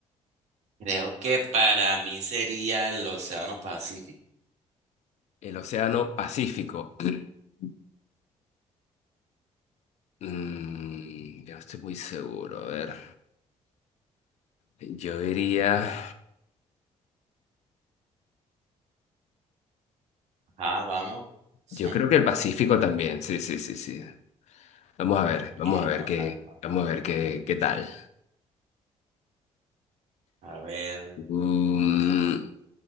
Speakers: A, on the right; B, on the left.
A: Creo que para mí sería el Océano Pacífico.
B: El océano Pacífico. <clears throat> Mm, yo no estoy muy seguro, a ver. Yo diría.
A: Ah, vamos.
B: Yo
A: <laughs>
B: creo que el Pacífico también, sí, sí, sí, sí. Vamos a ver,
A: Ok,
B: vamos a ver
A: vamos
B: qué,
A: a ver. vamos
B: vamos a ver qué, qué tal.
A: A ver,
B: Mm,